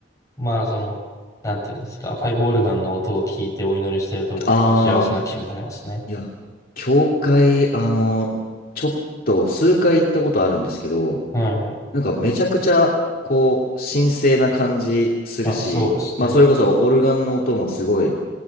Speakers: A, on the left; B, on the left.
A: まあ、その、なんていうんですか、パイプオルガンの音を聞いてお祈りしてると、僕結構幸せな気分になりますね。
B: ああ、いや、教会、あの、ちょっと数回行ったことあるんですけど、
A: うんうん、
B: なんかめちゃくちゃ、こう、神聖な感じするし、
A: まあ、そうですね。
B: まあ、それこそオルガンの音もすごい、